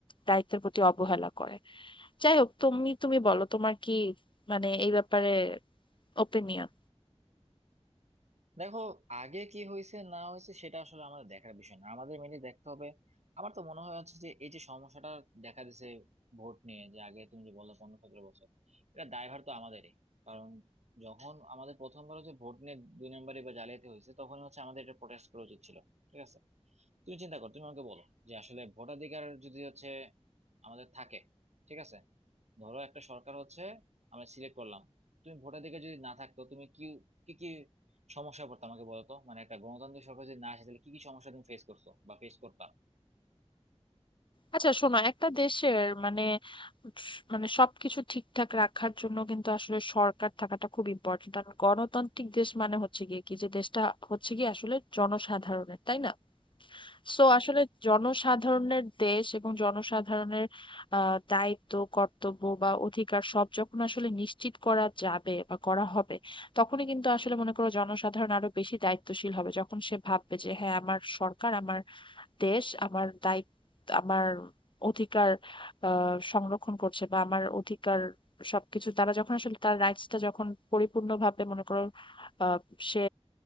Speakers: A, on the left; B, on the right.
A: দায়িত্বের প্রতি অবহেলা করে যাই হোক তুমি তুমি বলো তোমার কি মানে এই ব্যাপারে ওপিনিয়ন
B: দেখো আগে কি হয়েছে না হয়েছে সেটা আসলে আমাদের দেখার বিষয় না আমাদের মেনে দেখতে হবে আমার তো মনে হয় হচ্ছে যে এই যে সমস্যাটা দেখা দিছে ভোট নিয়ে যে আগে তুমি যে বললে পনেরো সতেরো বছর এটা দায়ভার তো আমাদেরই কারণ যখন আমাদের প্রথমবার হচ্ছে ভোট নিয়ে দুই নম্বরে বা জালিয়াতি হয়েছে তখন হচ্ছে আমাদের এটা প্রোটেস্ট করা উচিত ছিল ঠিক আছে তুমি চিন্তা কর তুমি আমাকে বলো যে আসলে ভোটাধিকার যদি হচ্ছে আমাদের থাকে ঠিক আছে ধরো একটা সরকার হচ্ছে আমরা সিলেক্ট করলাম তুমি ভোটাধিকার যদি না থাকতো তুমি কি কি কি সমস্যা পড়তো আমাকে বলো তো মানে একটা গণতান্ত্রিক সরকার যদি না আসে তাহলে কি কি সমস্যা তুমি ফেস করছো বা ফেস করতা
A: আচ্ছা শোনো একটা দেশের মানে মানে সবকিছু ঠিকঠাক রাখার জন্য কিন্তু আসলে সরকার থাকাটা খুব ইম্পর্ট্যান্ট আর গণতান্ত্রিক দেশ মানে হচ্ছে গিয়ে কি যে দেশটা হচ্ছে কি আসলে জনসাধারণের তাই না সো আসলে জনসাধারণের দেশ এবং জনসাধারণের আহ, দায়িত্ব কর্তব্য বা অধিকার সব যখন আসলে নিশ্চিত করা যাবে বা করা হবে তখনই কিন্তু আসলে মনে করো জনসাধারণ আরো বেশি দায়িত্বশীল হবে যখন সে ভাববে যে হ্যাঁ আমার সরকার আমার দেশ আমার দায়িত্ব আমার অধিকার আহ সংরক্ষণ করছে বা আমার অধিকার সবকিছু তারা যখন আসলে তার রাইটসটা যখন পরিপূর্ণভাবে মনে করো আহ সে